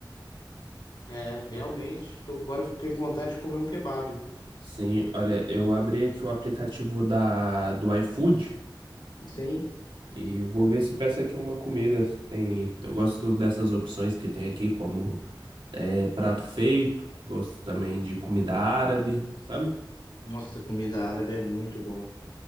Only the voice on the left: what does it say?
É, realmente. Tô, agora eu fiquei com vontade de comer um kebab.
Sim.
Nossa, comida árabe é muito bom.